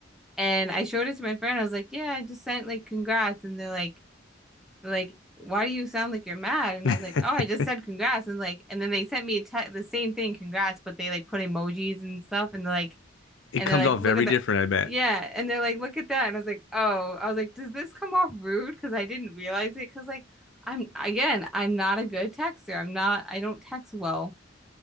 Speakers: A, in the centre; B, on the left.
A: And I showed it to my friend. I was like, yeah, I just sent like congrats. And they're like, they're like, why do you sound like you're mad? And
B: <laughs>
A: I was like, oh, I just said
B: it
A: congrats. And like, and then they sent me a te the same thing, congrats, but they like put emojis and stuff. And they're like, And
B: comes
A: they're like,
B: off
A: look
B: very
A: at
B: different,
A: that.
B: I bet.
A: Yeah. And they're like, look at that. And I was like, oh, I was like, does this come off rude? Because I didn't realize it. Because, like, I'm, again, I'm not a good texter. I'm not, I don't text well.